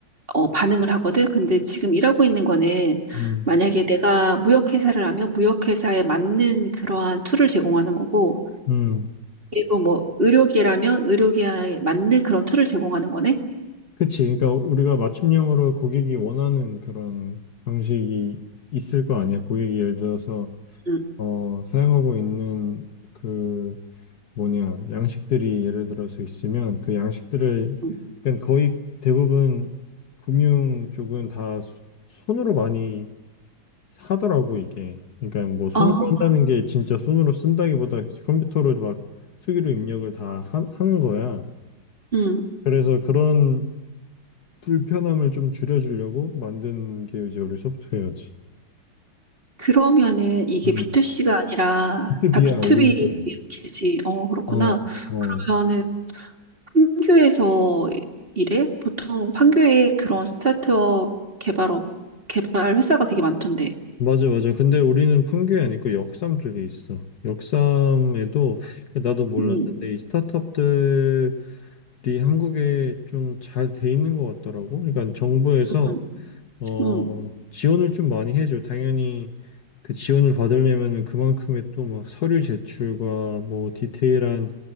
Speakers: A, on the right; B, on the left.
A: 어, 반응을 하거든. 근데 지금 일하고 있는 거는
B: 음,
A: 만약에 내가 무역회사를 하면 무역회사에 맞는 그러한 툴을 제공하는 거고
B: 음.
A: 그리고 뭐 의료계라면 의료계에 맞는 그런 툴을 제공하는 거네.
B: 그치. 그러니까 우리가 맞춤형으로 고객이 원하는 그런 방식이 있을 거 아니야. 고객이 예를 들어서
A: 음,
B: 어, 사용하고 있는 그 뭐냐 양식들이 예를 들어서 있으면 그 양식들을
A: 음.
B: 그러니까 거의 대부분 금융 쪽은 다 소- 손으로 많이 하더라고 이게. 그러니까 뭐 손으로
A: 아,
B: 한다는 게 진짜 손으로 쓴다기보다 그치, 컴퓨터로 막 수기로 입력을 다 하, 하는 거야.
A: 음.
B: 그래서 그런 불편함을 좀 줄여주려고 만든 게 이제 우리 소프트웨어지.
A: 그러면은 이게
B: 음,
A: B2C가 아니라
B: b 2야
A: 다 B2B겠지.
B: 우리 회사는.
A: 어, 그렇구나.
B: 어, 어.
A: 그러면은 판교에서 일해? 보통 판교에 그런 스타트업 개발업 개발 회사가 되게 많던데.
B: 맞아, 맞아. 근데 우리는 판교에 아니고 역삼 쪽에 있어. 역삼에도 나도 몰랐는데
A: 음,
B: 이 스타트업들이 한국에 좀 잘 돼 있는 것 같더라고. 그러니까 정부에서
A: 음,
B: 어,
A: 음,
B: 지원을 좀 많이 해줘. 당연히 그 지원을 받으려면은 그만큼의 또 막 서류 제출과 뭐 디테일한